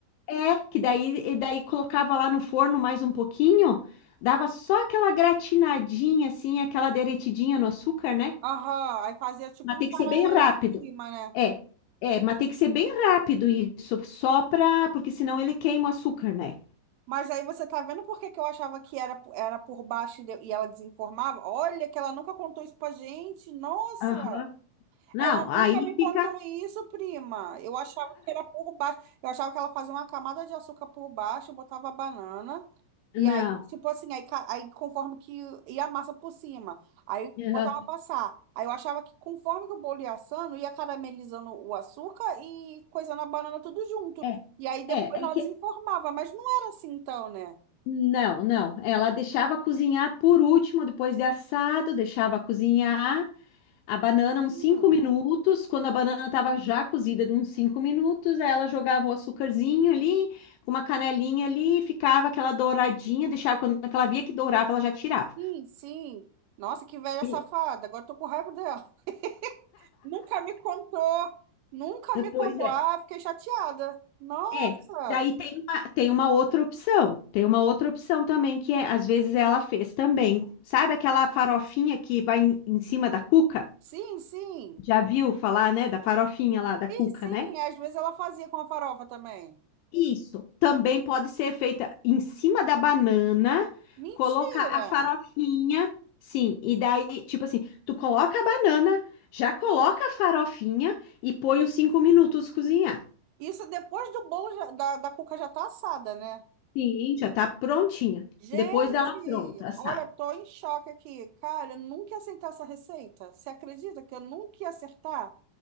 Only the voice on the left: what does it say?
É, que daí, e daí colocava lá no forno mais um pouquinho, dava só aquela gratinadinha assim, aquela derretidinha no açúcar, né?
Mas
tem
que ser bem rápido.
É, é, mas tem que ser bem rápido isso, só pra, porque senão ele queima o açúcar, né?
Aham. Não,
aí
fica.
Não.
Aham.
É,
é,
é que.
Não, não. Ela deixava cozinhar por último, depois de assado, deixava cozinhar. A banana, uns
cinco minutos, quando a banana estava já cozida, uns cinco minutos, aí ela jogava o açúcarzinho ali, uma canelinha ali, ficava aquela douradinha, deixava, quando ela via que dourava, ela já tirava.
E-
Pois
é.
É. Daí tem uma, tem uma outra opção, tem uma outra opção também, que é, às vezes ela fez também. Sabe aquela farofinha que vai em, em cima da cuca?
Já viu falar, né, da farofinha lá da cuca,
né?
Isso também pode ser feita em cima da banana,
colocar a farofinha, sim, e daí, tipo assim, tu coloca a banana, já coloca a farofinha e põe os cinco minutos cozinhar.
Sim, já tá prontinha.
Depois dela pronta, sabe?